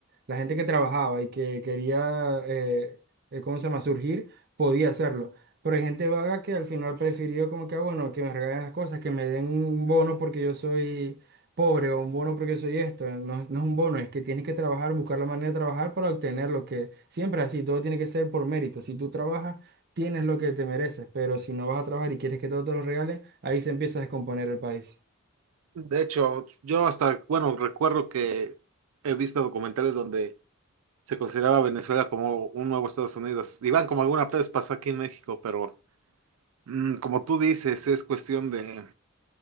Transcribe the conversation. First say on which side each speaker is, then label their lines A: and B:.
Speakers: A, on the right; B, on the right.
A: la gente que trabajaba y que quería, eh, eh, ¿cómo se llama?, surgir, podía hacerlo. Pero hay gente vaga que al final prefirió como que, ah, bueno, que me regalen las cosas, que me den un bono porque yo soy pobre o un bono porque soy esto. No, no es un bono, es que tienes que trabajar, buscar la manera de trabajar para obtener lo que siempre es así, todo tiene que ser por mérito. Si tú trabajas, tienes lo que te mereces, pero si no vas a trabajar y quieres que todo te lo regalen, ahí se empieza a descomponer el país.
B: De hecho, yo hasta, bueno, recuerdo que he visto documentales donde se consideraba Venezuela como un nuevo Estados Unidos. Iván, como alguna vez pasó aquí en México, pero mm, como tú dices, es cuestión de,